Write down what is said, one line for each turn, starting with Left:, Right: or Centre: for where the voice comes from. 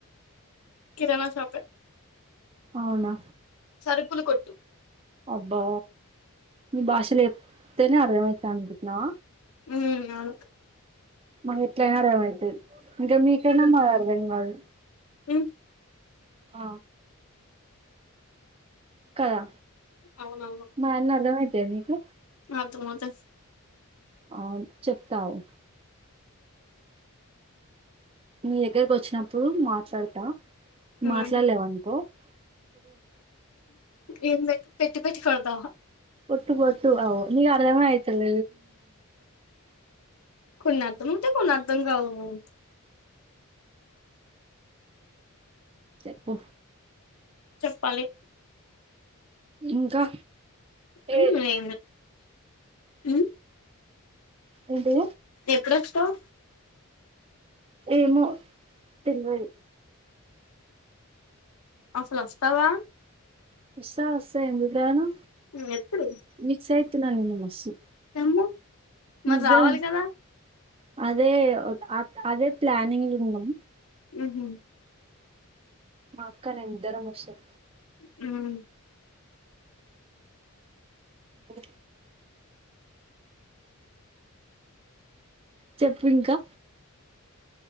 Left: కిరాణా షాపే
Right: అవునా
Left: సరుకులు కొట్టు
Right: అబ్బా మీ బాషలే తె ‌అర్థమైతాంది న
Left: ఉ అవును
Right: మ ఇట్లా అరే ఇకా మీకన్న మాది అర్థం కాదు
Left: ఉమ్
Right: ఆ కదా
Left: అవునవును
Right: మాయన్ని అర్థమైతయా నీకు
Left: అర్థమవుతాయి
Right: అ చెప్తావు మీ దగ్గరకి వచ్చినప్పుడు మాట్లాడతా
Left: హ్మ్
Right: మాట్లాడలేవనుకో <inaudible>
Left: ఏన్ బ పెట్టి పెట్టి కొడతావ
Right: కొట్టు కొట్టు అవు ద మాయితేల
Left: కొన్నర్థమవుతాయ్ కొన్ని అర్థంకావు అ
Right: చెప్పు
Left: చెప్పాలి
Right: ఇంకా
Left: ఉ
Right: ఏ
Left: ఎం లే హు
Right: ఏంటిది
Left: ఎప్పుడొస్తావు
Right: ఏమో తెల్వది
Left: అసలోస్తావా
Right: వస్సా వస్సా ఎందుకు రాను
Left: ఉమ్ ఎప్పుడు
Right: మిస్ ఐతున్న నిన్ను మస్సు
Left: ఏమో మరి
Right: నిజం
Left: రావాలి కదా
Right: అదే ఒ అదే ప్లనింగ్ లున్నాం
Left: మ్ హు
Right: మా అక్క నిను ఇద్దరం ఒస్తం
Left: మ్
Right: ఓ చెప్పు ఇంకా